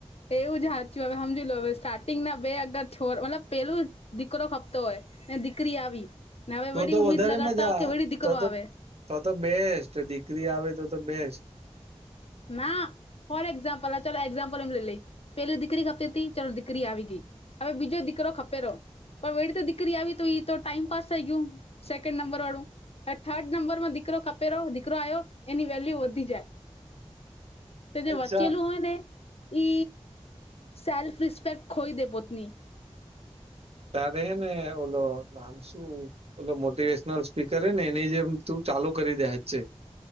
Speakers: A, on the left (about 60°); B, on the right (about 65°).
A: એવું જ સાચું હવે સમજી લો હવે સ્ટાર્ટિંગ ના બે અગર છોડ મતલબ પેલું દીકરો ખપતો હોય ને દીકરી આવી ને હવે
B: તો
A: વળી
B: તો
A: ઉમીદ
B: વધારે
A: લગાડતા
B: મજા
A: હો કે વળી દીકરો
B: તો તો
A: આવે.
B: તો તો બેસ્ટ દીકરી આવે તો તો બેસ્ટ.
A: ના. ફોર એક્ઝામ્પલ ચાલ એક્ઝામ્પલ એમ લઈ લઈ પેલી દીકરી ખતી હતી ચાલો દીકરી આવી ગઈ. હવે બીજો દીકરો ખપે ર. પણ વેળી તો દીકરી આવી તો એ તો ટાઈમ પાસ થઈ ગયું સેકન્ડ નંબર વાળું. હ થર્ડ નંબરમાં દીકરો કપે ર દીકરો આવ્યો એની વેલ્યુ વધી જાય. તે જે
B: અચ્છા
A: વચ્ચેલું હોય ને એ સેલ્ફ રિસ્પેક્ટ ખોઈ દે પોતની.
B: ત દેહ ને ઓલો. શું મોટિવેશનલ સ્પીકર હ ને એની જેમ તું ચાલુ કરી દે જ છે.